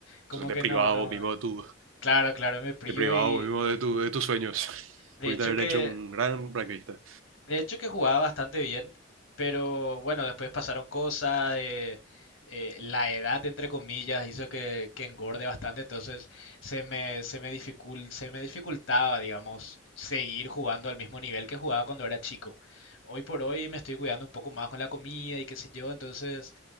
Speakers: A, on the left; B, on the right.
A: como
B: Entonces, te
A: que
B: privaba
A: no, no.
B: vos mismo de tu,
A: Claro, claro, me prio
B: te privaba
A: y
B: vos mismo de, tu, de tus sueños. <laughs>
A: de
B: Pudiste
A: hecho
B: haber
A: que
B: hecho un gran rugbyista.
A: de hecho que jugaba bastante bien, pero bueno, después pasaron cosas, eh, eh, la edad entre comillas hizo que, que engorde bastante, entonces se me se me dificul- se me dificultaba, digamos, seguir jugando al mismo nivel que jugaba cuando era chico. Hoy por hoy me estoy cuidando un poco más con la comida y qué sé yo, entonces